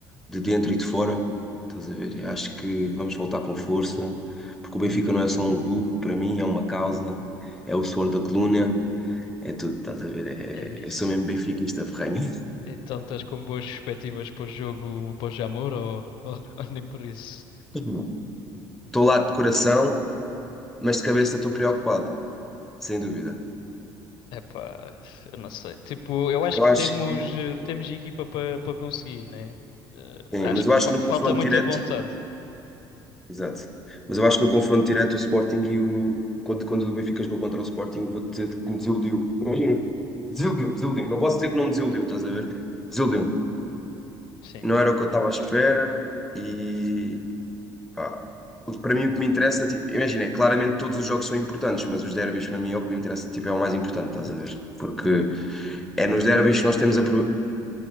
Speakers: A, in the centre; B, on the left.
A: de dentro e de fora. Estás a ver? Eu acho que vamos voltar com força, porque o Benfica não é só um clube, para mim é uma causa, é o suor da coluna, é tudo, estás a ver?
B: É isso.
A: É... Eu sou mesmo benfiquista ferrenho.
B: Então estás com boas perspectivas para o jogo, para o Jamor ou, ou, <laughs> ou nem por isso?
A: <laughs> Estou lá de coração, mas de cabeça estou preocupado, sem dúvida.
B: Epá, eu não sei. Tipo, eu acho
A: Eu
B: que
A: acho
B: temos,
A: que.
B: eh, temos equipa para para conseguir, né? Eh,
A: Sim,
B: acho
A: mas
B: que
A: eu acho
B: fa-
A: que no
B: falta
A: confronto
B: muita
A: direto.
B: vontade.
A: Exato. Mas eu acho que no confronto direto o Sporting e o. Quando, quando o Benfica jogou contra o Sporting, vou dizer que me desiludiu. Imagina, desiludiu desiludiu Não posso dizer que não me desiludiu, estás a ver? desiludiu
B: Sim,
A: Não era o que eu estava à espera e. Pá, o que- para mim o que me interessa, tipo, imagina, é, claramente todos os jogos são importantes, mas os derbys para mim é o que me interessa, tipo, é o mais importante, estás a ver? Porque é nos derbys que nós temos a,